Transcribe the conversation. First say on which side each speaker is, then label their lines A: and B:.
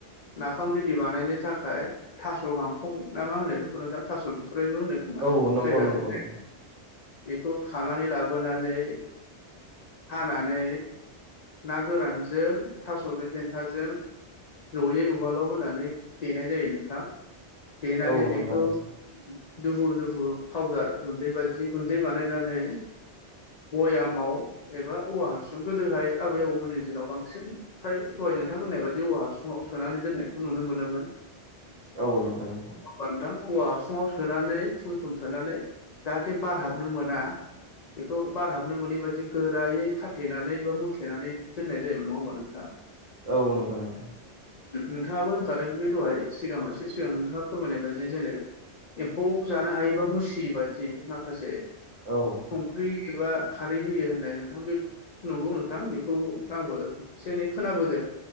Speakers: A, on the left; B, on the right.
A: नाफाम रेदिि बानायनो थाखाय थास' गांखं ना मा होनो बेखौ नोंथां थास' बिथ'रैबो होनो खोमा
B: औ नंगौ
A: जायग
B: नंगौ नोंथां
A: बेखौ खानानै लाबोनानै हानानै ना गोरानजों थास'बि देन्थाजों जयै उवालाव होनानै देनाय जायो नोंथां देनानै
B: औ
A: बेखौ
B: नंगौ नोंथां
A: दुहु दुहु फावदार गुन्दै बादि गुन्दै बानायनानै भयामाव एबा औवा हाबसुं गोदोहाय आबै आबौमोननि दिनाव बांसिन फ्राय दहाय नोंथां होननाय बा जेव हासुङाव सोनानै दोननायखौ नुनो मोनोमोन
B: औ नंगौ नोंथां
A: बा नोंथां औवा हासुङाव सोनानै थुम थुम सोनानै जाहाथे बार हाबनो मोना बेखौ बार हाबनो मोनैबादि गोरायै खाथेनानै बा मुथेनानै दोननाय जायोमोन नङा होमबा नोंथां
B: औ नंगौ नोंथां
A: नोंथाङाबोओंखारादों बे दहाय सिगाङावसो सिगांाव नोंथाङा फोरमायनाय बायदि जेने एम्फौ जानो हायोबा मुसियै बादि माखासे
B: औ
A: संख्रि एबा खारै होयो होननाय नोंथां बे नंगौ नोंथां बेखौ आंबो एसे एनै खोनाबोदों